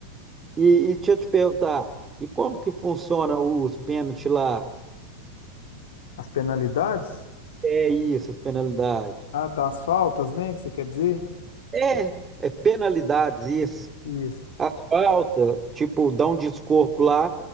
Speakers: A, on the right (about 20°); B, on the left (about 60°).
A: e, e deixa eu te perguntar, e como que funciona os pênaltis lá?
B: As penalidades?
A: É isso, as penalidades.
B: Ah, tá, as faltas, né, que você quer dizer?
A: É, é penalidades, isso.
B: Isso.
A: A falta, tipo, dá um descorpo lá